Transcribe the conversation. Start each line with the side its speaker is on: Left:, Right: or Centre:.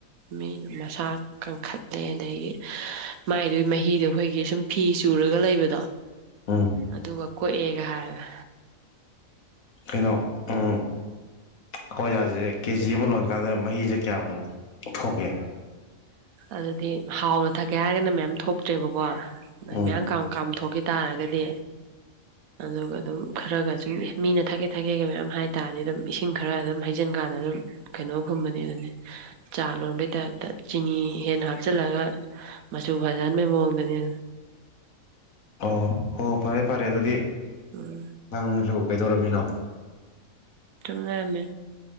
Right: ꯃꯤ ꯃꯁꯥ ꯀꯟꯈꯠꯂꯦ ꯑꯗꯒꯤ ꯃꯥꯏꯗꯨꯒꯤ ꯃꯍꯤꯗꯣ ꯑꯩꯈꯣꯏꯒꯤ ꯁꯨꯝ ꯐꯤ ꯆꯨꯔꯒ ꯂꯩꯕꯗꯣ
Left: ꯎꯝ
Right: ꯑꯗꯨꯒ ꯀꯣꯛꯑꯦꯒ ꯍꯥꯏꯔꯒ
Left: ꯀꯩꯅꯣ ꯎꯝ ꯍꯥꯋꯥꯏꯖꯥꯁꯦ ꯀꯦꯖꯤ ꯑꯃ ꯂꯣꯟꯀꯥꯟꯗ ꯃꯍꯤꯁꯦ ꯀꯌꯥꯃꯨꯛ ꯊꯣꯛꯀꯦ
Right: ꯑꯗꯨꯗꯤ ꯍꯥꯎꯅ ꯊꯛꯀꯦ ꯍꯥꯏꯔꯒꯅ ꯃꯌꯥꯝ ꯊꯣꯛꯇ꯭ꯔꯦꯕꯀꯣ
Left: ꯎꯝ
Right: ꯃꯌꯥꯝ ꯀꯝ ꯀꯝ ꯊꯣꯛꯈꯤ ꯇꯥꯔꯒꯗꯤ ꯑꯗꯨꯒ ꯑꯗꯨꯝ ꯈꯔꯒꯗꯤ ꯃꯤꯅ ꯊꯛꯒꯦ ꯊꯛꯒꯦꯒ ꯃꯌꯥꯝ ꯍꯥꯏ ꯇꯗꯤ ꯑꯗꯨꯝ ꯏꯁꯤꯡ ꯈꯔ ꯑꯗꯨꯝ ꯍꯩ ꯇꯖꯤꯡꯀꯥꯟꯗ ꯑꯗꯨꯝ ꯀꯩꯅꯣꯝ ꯈꯨꯝꯕꯅꯦ ꯑꯗꯨꯅꯦ ꯆꯥ ꯂꯣꯟꯕꯩ ꯇꯥꯏꯞ ꯆꯤꯅꯤ ꯍꯦꯟꯅ ꯍꯥꯞꯆꯤꯜꯂꯒ ꯃꯆꯨ ꯐꯖꯍꯟꯕꯒꯤ ꯃꯑꯣꯡꯗꯅꯦ
Left: ꯑꯥ ꯍꯣ ꯐꯔꯦ ꯐꯔꯦ ꯑꯗꯨꯗꯤ
Right: ꯎꯝ
Left: ꯑꯪꯁꯨ ꯀꯩꯗꯧꯔꯝꯃꯤꯅꯣ
Right: ꯆꯨꯝ ꯂꯩꯔꯝꯃꯦ